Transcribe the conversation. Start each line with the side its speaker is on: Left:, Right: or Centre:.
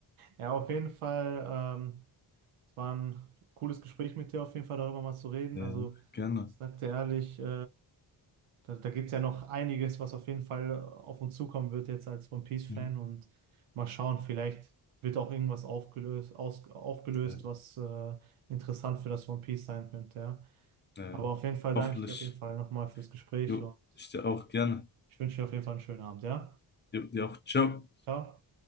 Right: Ja, auf jeden Fall, ähm, es war ein cooles Gespräch mit dir, auf jeden Fall darüber mal zu reden.
Left: äh,
Right: Also,
Left: gerne.
Right: ich sag dir ehrlich, äh, Da, da gibt es ja noch einiges, was auf jeden Fall auf uns zukommen wird jetzt als One Piece-Fan
Left: Hm.
Right: und mal schauen, vielleicht wird auch irgendwas aufgelöst, aus, aufgelöst,
Left: Äh,
Right: was äh, interessant für das One Piece sein könnte, ja.
Left: äh,
Right: Aber auf jeden Fall danke
Left: hoffentlich.
Right: ich dir auf jeden Fall nochmal fürs Gespräch
Left: Jo,
Right: und
Left: ich dir auch gerne.
Right: ich wünsche dir auf jeden Fall einen schönen Abend, ja.
Left: Jo, dir auch. Ciao.
Right: Ciao.